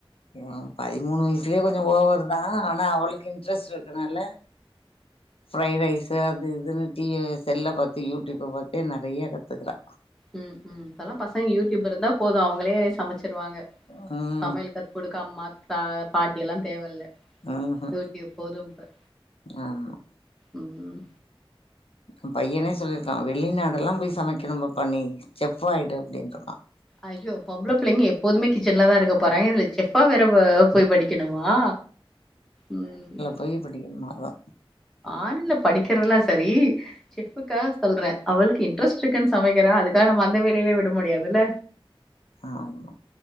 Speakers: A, on the left; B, in the centre.
A: ம்‌ பதிமூணு வயசுலயே கொஞ்சோ ஓவர்தான் ஆனா அவளுக்கு இன்ட்ரெஸ்ட் இருக்கனால ஃப்ரைட் ரைஸு அது இதுன்னு டி செல்ல பாத்து யூடியூப்ப பார்தே நெறையா கத்துக்கிறா
B: ம் ம் இப்பல்லா பசங்க யூடியூப் இருந்தா போது அவுங்களே சமைச்சிருவாங்க
A: ம்
B: சமையல் கத்து குடுக்க அம்மாத்தா பாட்டி எல்லா தேவயில்ல
A: ம்ஹூ
B: யூடியூப் போதும் இப்ப‌
A: ஆமா
B: ம்
A: என் பையனே சொல்லிருக்கான் வெளிநாடெல்லாம் போய் சமைக்கணும்பாப்பா நீ செஃப் ஆயிடு அப்டின்ட்டுருக்கான்
B: அய்யோ பொம்பள புள்ளைங்க எப்போதுமே கிச்சன்லதா இருக்க போறாங்க இதுல செஃபா வேற போய் படிக்கணுமா ம்
A: பொய் படிக்கணுமாவா
B: ஆன்லைன்ல படிக்கிறதுல்லா சரி சிப்புக்காக சொல்றே அவளுக்கு இன்ட்ரெஸ்ட்ருக்குன் சமைக்கிறா அதுக்காக நம்ம அந்த வேலைலே விட முடியாதுல்ல
A: ஆமா